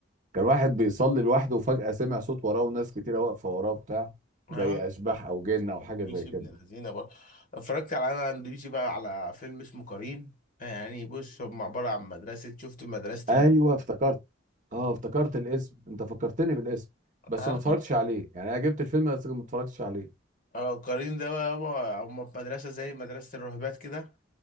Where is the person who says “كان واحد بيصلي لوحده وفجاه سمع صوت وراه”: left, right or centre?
Right